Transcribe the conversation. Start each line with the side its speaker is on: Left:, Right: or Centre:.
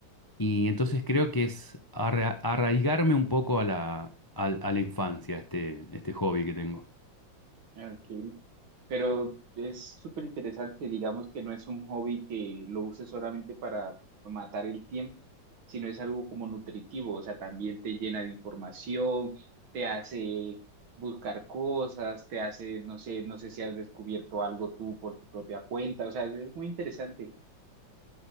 Left: y entonces creo que es arra- arraigarme un poco a la, al- a la infancia, este, este hobby que tengo.
Right: Ok. Pero es súper interesante, digamos que no es un hobby que lo uses solamente para matar el tiempo, sino es algo como nutritivo, o sea, también te llena de información, te hace buscar cosas, te hace, no sé, no sé si has descubierto algo tú por tu propia cuenta, o sea, es muy interesante.